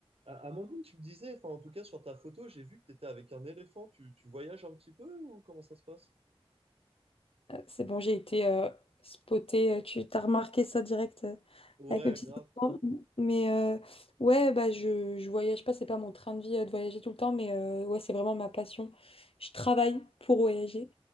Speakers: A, on the right (about 70°); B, on the left (about 65°).
A: A- Amandine, tu me disais, enfin en tout cas sur ta photo, j'ai vu que tu étais avec un éléphant. Tu, tu voyages un petit peu ou comment ça se passe?
B: Euh, C'est bon, j'ai été euh, spotée. euh, Tu t'as remarqué ça direct euh,
A: Ouais,
B: avec mes petites
A: grave.
B: enfants. Mais euh, ouais, bah, je, je voyage pas, c'est pas mon train de vie euh, de voyager tout le temps, mais euh, ouais, c'est vraiment ma passion. Je travaille pour voyager.